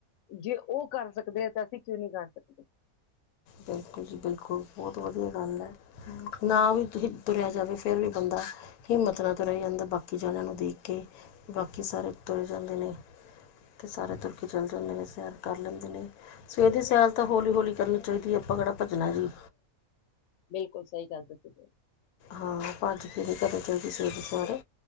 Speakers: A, on the left (about 65°); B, on the left (about 85°).
A: ਜੇ ਓ ਕਰ ਸਕਦੇ ਆ ਤਾਂ ਅਸੀਂ ਕਿਉਂ ਨੀ ਕਰ ਸਕਦੇ।
B: ਬਿਲਕੁਲ ਜੀ ਬਿਲਕੁਲ ਬਹੁਤ ਵਧੀਆ ਗੱਲ ਐ। ਨਾ ਵੀ ਤੁਰਿਆ ਜਾਵੇ ਫੇਰ ਵੀ ਬੰਦਾ ਹਿੰਮਤ ਨਾਲ ਤੁਰਿਆ ਜਾਂਦਾ ਬਾਕੀ ਜਣਿਆਂ ਨੂੰ ਦੇਖ ਕੇ, ਬਾਕੀ ਸਾਰੇ ਤੁਰੇ ਜਾਂਦੇ ਨੇ। ਸਾਰੇ ਤੁਰ ਕੇ ਚੱਲ ਜਾਂਦੇ ਨੇ ਸੈਰ ਕਰ ਲੈਂਦੇ ਨੇ ਸਵੇਰ ਦੀ ਸੈਰ ਤਾਂ ਹੌਲੀ-ਹੌਲੀ ਕਰਨੀ ਚਾਈਦੀ ਆਪਾਂ ਕਿਹੜਾ ਭੱਜਣਾ ਜੀ।
A: ਬਿਲਕੁਲ ਸਹੀ ਕਿਆ ਤੁਸੀਂ ਨੇ।
B: ਹਾਂ ਭੱਜ ਕੇ ਨੀ ਕਰਨੀ ਚਾਈਦੀ ਸਵੇਰ ਦੀ ਸੈਰ,